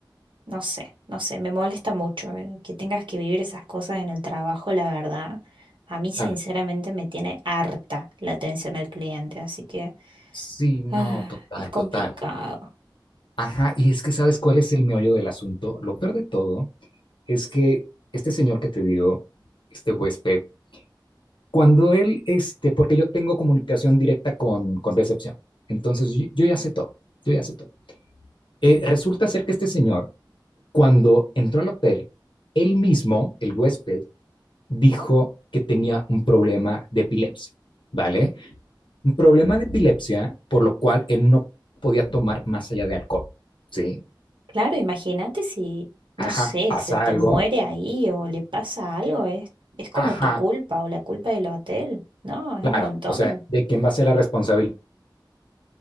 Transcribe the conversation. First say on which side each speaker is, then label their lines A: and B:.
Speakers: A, on the right; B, on the left.
A: No sé, no sé, me molesta mucho eh, que tengas que vivir esas cosas en el trabajo, la verdad. A mí sinceramente
B: Claro.
A: me tiene harta la atención al cliente, así que
B: Sí, no,
A: ah,
B: total,
A: es complicado.
B: total. Ajá, y es que sabes cuál es el meollo del asunto. Lo peor de todo es que este señor que te digo, este huésped, Cuando él, este, porque yo tengo comunicación directa con, con recepción, entonces yo, yo ya sé todo, yo ya sé todo. Eh, resulta ser que este señor, cuando entró al hotel, él mismo, el huésped, dijo que tenía un problema de epilepsia, ¿vale? Un problema de epilepsia, por lo cual él no podía tomar más allá de alcohol, ¿sí?
A: Claro, imagínate si, no
B: Ajá,
A: sé,
B: pasa
A: se te
B: algo,
A: muere ahí o le pasa algo, es, es como
B: ajá,
A: tu culpa o la culpa del hotel, ¿no? Es
B: claro,
A: un montón.
B: o sea, ¿de quién va a ser la responsabilidad?